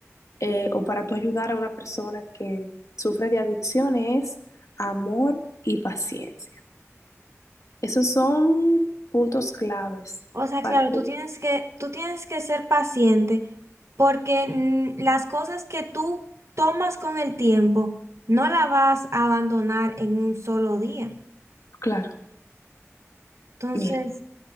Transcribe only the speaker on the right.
O sea,
claro,
tú tienes que, tú tienes que ser paciente porque mm, las cosas que tú tomas con el tiempo no las vas a abandonar en un solo día.
Entonces,